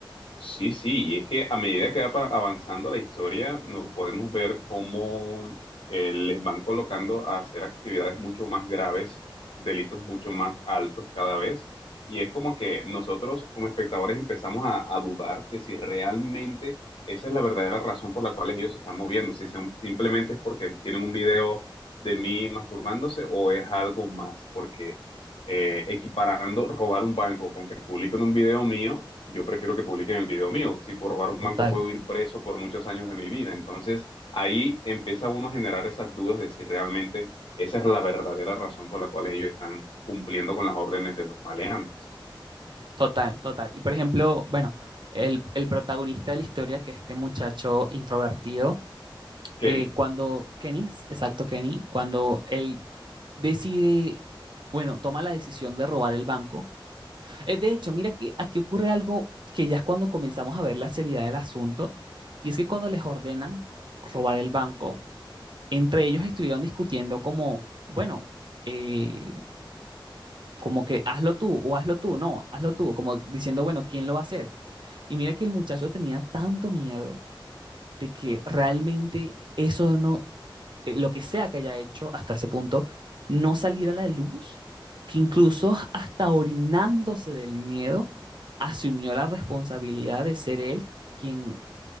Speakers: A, on the left; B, on the right.
A: Sí, sí, y es que a medida que va pa- avanzando la historia, nos podemos ver cómo eh, les van colocando a hacer actividades mucho más graves, delitos mucho más altos cada vez, y es como que nosotros como espectadores empezamos a, a dudar de si realmente esa es la verdadera razón por la cual ellos se están moviendo, si son, simplemente es porque tienen un video de mí masturbándose o es algo más, porque eh, equiparando robar un banco con que publiquen un video mío, yo prefiero que publiquen el video mío. Si por robar un
B: Total,
A: banco puedo ir preso por muchos años de mi vida. Entonces ahí empieza uno a generar esas dudas de si realmente esa es la verdadera razón por la cual ellos están cumpliendo con las órdenes de los maleantes.
B: total, total. Y por ejemplo, bueno, el, el protagonista de la historia, que es este muchacho introvertido,
A: Kenny.
B: eh, cuando Kenny, exacto, Kenny, cuando él decide, bueno, toma la decisión de robar el banco. Eh, de hecho, mira que aquí ocurre algo que ya es cuando comenzamos a ver la seriedad del asunto, y es que cuando les ordenan robar el banco, entre ellos estuvieron discutiendo como, bueno, eh, como que hazlo tú o hazlo tú, no, hazlo tú, como diciendo, bueno, ¿quién lo va a hacer? Y mira que el muchacho tenía tanto miedo de que realmente eso no eh, lo que sea que haya hecho hasta ese punto, no salir a la luz, que incluso hasta orinándose del miedo, asumió la responsabilidad de ser él quien,